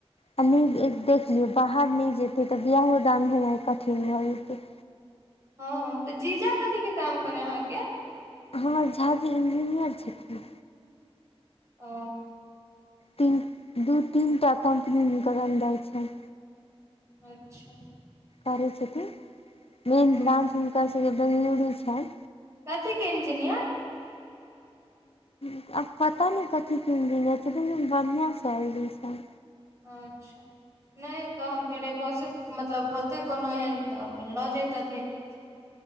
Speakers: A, on the left; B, on the right.
A: आ नहि देख लियौ बाहर नहि जेतै तऽ बियहो दान भेनाइ कठिन भए जेतै
B: हँ तऽ जीजा कथी के काम करे अहाँकेँ
A: हमर झा जी इंजीनियर छथिन।
B: ओ।
A: तीन दू तीनटा कम्पनी हुनकरण दै छनि
B: अच्छा।
A: आलै छथि तऽ मेन
B: ह
A: ब्रा हुनका सभके डनूरी छनि
B: कथी के इंजीनियर
A: <unintelligible> आब पता नहि कथी तीन दिन जाइ छैन बढ़िआसँ एयलै सभ
B: अच्छा नहि। तऽ हम कहहिले भऽ मतलब होतै कोनो एहन तऽ अपन लऽ जेतथिन